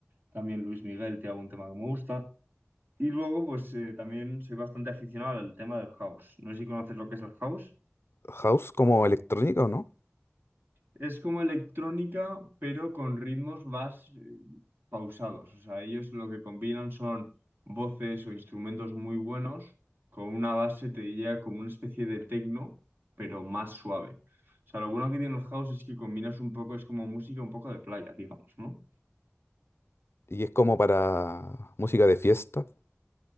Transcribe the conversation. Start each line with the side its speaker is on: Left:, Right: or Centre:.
Right: también Luis Miguel, tiene algún tema que me gusta. Y luego, pues eh, también soy bastante aficionado al tema del house. No sé si conoces lo que es el house.
Left: ¿House como electrónica o no?
Right: Es como electrónica, pero con ritmos más eh, pausados. O sea, ellos lo que combinan son voces o instrumentos muy buenos con una base, te diría, como una especie de techno, pero más suave. O sea, lo bueno que tiene el house es que combinas un poco, es como música un poco de playa, digamos, ¿no?
Left: ¿Y es como para música de fiesta?